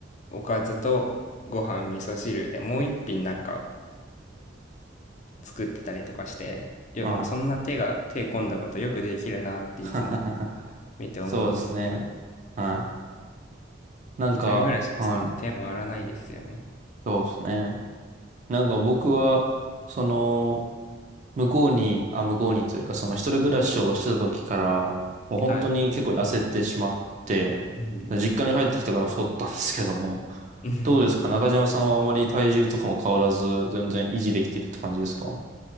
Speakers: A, on the left (about 40°); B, on the right (about 40°).
A: おかずとご飯、味噌汁でもう一品なんか作ってたりとかして、いや、
B: はい。
A: もうそんな手が、手込んだことよくできるなっていつも
B: <laughs>
A: 見て思うんですけど、
B: そうですね。はい。なんか、
A: 一人暮らしでそんな手回らないですよね。
B: はい。そうですね。なんか僕は、その、向こうに、あ、向こうにというか、その一人暮らしをしてた時から、もう本当に結構痩せてしまって、
A: はい。うん
B: 実家に帰ってきてから太ったんですけども、
A: <laughs>
B: どうですか中島さんはあまり体重とかも変わらず、全然維持できてるって感じですか